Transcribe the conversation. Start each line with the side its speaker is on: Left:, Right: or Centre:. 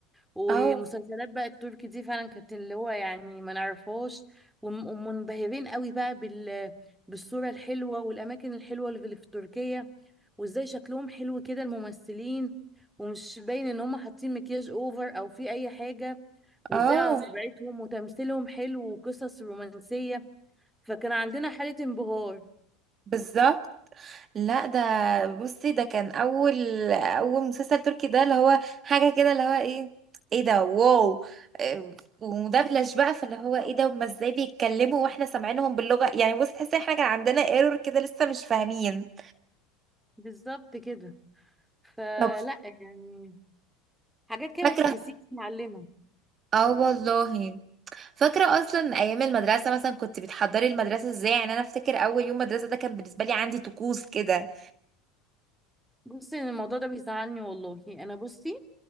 Centre: ومسلسلات
Right: اه
Centre: بقى التركي دي فعلا كانت اللي هو يعني ما نعرفهاش وم- ومنبهرين قوي بقى بال بالصورة الحلوة والأماكن الحلوة اللي في اللي في تركيا وازاي شكلهم حلو كده الممثلين ومش باين ان هم حاطين مكياج اوفر او في اي حاجة وازاي
Right: اه
Centre: على طبيعتهم وتمثيلهم حلو وقصص رومانسية فكان عندنا حالة انبهار
Right: بالظبط لا ده بصي ده كان اول اول مسلسل تركي ده اللي هو حاجه كده اللي هو ايه ايه ده واو إيه، ومدبلج بقى فاللي هو ايه ده هما ازاي بيتكلموا واحنا سامعينهم باللغه يعني بصي تحسي إن احنا كان عندنا ايرور كده لسه مش فاهمين
Centre: بالظبط كده فلا
Right: طب
Centre: يعني حاجات كده
Right: فاكره
Centre: ما تتنسيش معلمة
Right: اه والله فاكره اصلا ايام المدرسه مثلا كنت بتحضري المدرسه ازاي يعني انا افتكر اول يوم مدرسه ده كان بالنسبه لي عندي طقوس كده
Centre: بصي أنا الموضوع ده بيزعلني والله انا بصي